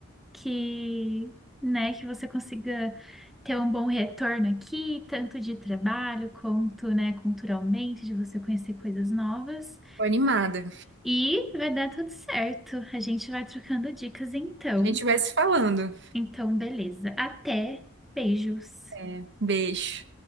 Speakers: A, in the centre; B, on the right.
A: que, né, que você consiga ter um bom retorno aqui, tanto de trabalho quanto, né, culturalmente, de você conhecer coisas novas.
B: Tô animada.
A: E vai dar tudo certo. A gente vai trocando dicas então.
B: A gente vai se falando.
A: Então, beleza. Até. Beijos.
B: É, Beijo.